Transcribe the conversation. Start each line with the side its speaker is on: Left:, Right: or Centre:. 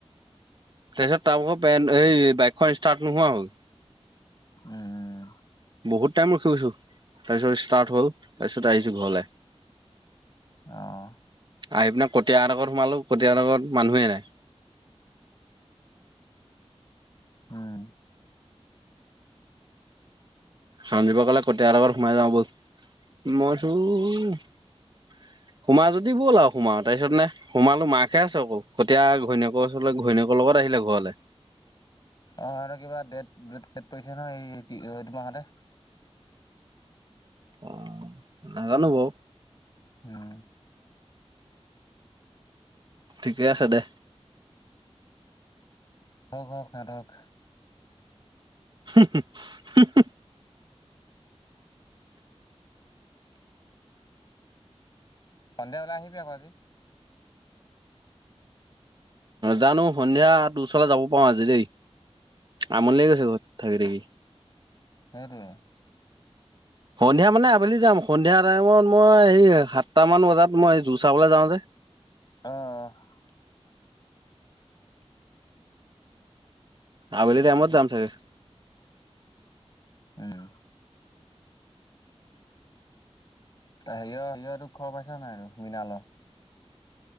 Right: তাৰপিছত তাৰ ভাগৰ পেণ্ট এই বাইকখন ষ্টাৰ্ট নোহোৱা হ'ল
Left: উম।
Right: বহুত টাইম ৰখিছো তাৰপিছত ষ্টাৰ্ট হল তাৰপিছত আহিছো ঘৰলে
Left: অহ
Right: আহি পিনে কটীয়াহতৰ ঘৰত সোমালো কটিয়াহতৰ ঘৰত মানুহে নাই
Left: উম
Right: সঞ্জিব কলে কতিয়া হতৰ ঘৰত সোমাই যাওঁ ব'ল মই কৈছো সোমা যদি ব'ল আৰু সোমালো তাৰপিছত মানে সোমালো মাকে আছে অকল কতিয়া ঘৈণীয়েকৰ ওচলে ঘৈণীয়েকৰ লগত আহিলে ঘৰলে
Left: অ হেতৰ কিবা ডেট ডেট পৰিছে নহয় এই এইটো মাহতে
Right: অ নাজানো বাও
Left: উম
Right: ঠিকে আছে দে।
Left: হওক হওক হেত হক
Right: হুমহু হুমহু
Left: সন্ধিয়া হলে আহিবি আক আজি।
Right: জানো সন্ধিয়া তো ওচৰলৈ যাব পাৰো আজি দেই আমনি লাগি গৈছে ঘৰত থাকি থাকি
Left: সেইটোৱে
Right: সন্ধিয়া মানে আবেলি যাম সন্ধিয়া টাইমত মই সেই সাতটা মান বজাত মই যো চাবলৈ যাওঁ যে
Left: অহ অহ
Right: আবেলি টাইমত যাম চাগে
Left: উম ত সিহঁৰ সিহঁতৰতো খবৰ পাইছ নাই মৃণালৰ